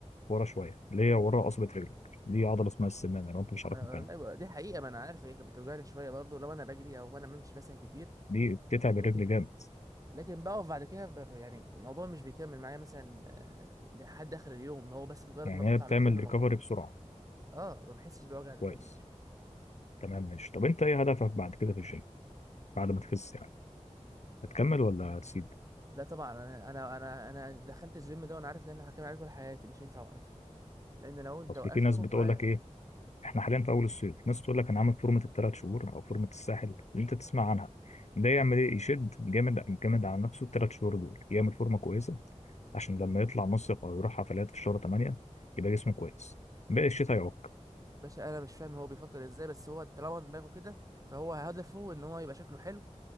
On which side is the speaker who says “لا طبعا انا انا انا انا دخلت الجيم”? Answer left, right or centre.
Right